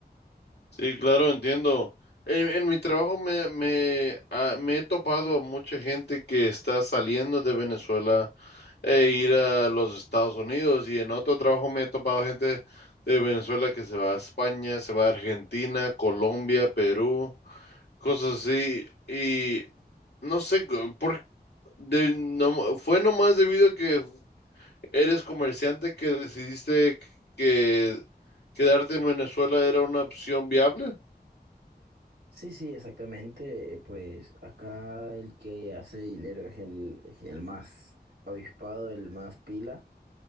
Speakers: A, on the left; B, on the right.
A: Sí, claro, entiendo. En, en mi trabajo me, me, ah, me he topado a mucha gente que está saliendo de Venezuela e ir a los Estados Unidos y en otro trabajo me he topado gente de Venezuela que se va a España, se va a Argentina, Colombia, Perú, cosas así. Y no sé, co- por, de, no, fue nomás debido a que eres comerciante que decidiste que quedarte en Venezuela era una opción viable.
B: Sí, sí, exactamente. eh, Pues acá el que hace dinero es el, es el más avispado, el más pila